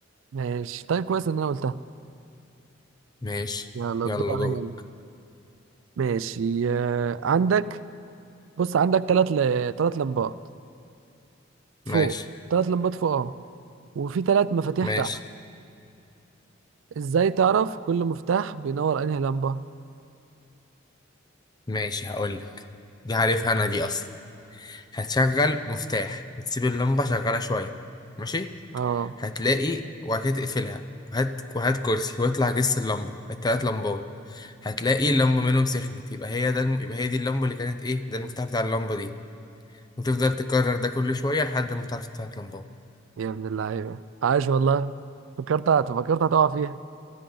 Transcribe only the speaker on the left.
ماشي
يلا
دورك
ماشي
ماشي
ماشي هقولك دي عارفها أنا دي أصلا هتشغل مفتاح وتسيب اللمبة شغالة شوية ماشي
هتلاقي وبعد كده تقفلها وهات وهات كرسي واطلع جس اللمبة التلات لمبات هتلاقي اللمبة منهم سخنت يبقى هي ده الم... يبقى هي دي اللمبة اللي كانت ايه ده المفتاح بتاع اللمبة دي وتفضل تكرر ده كل شوية لحد ما تعرف التلات لمبات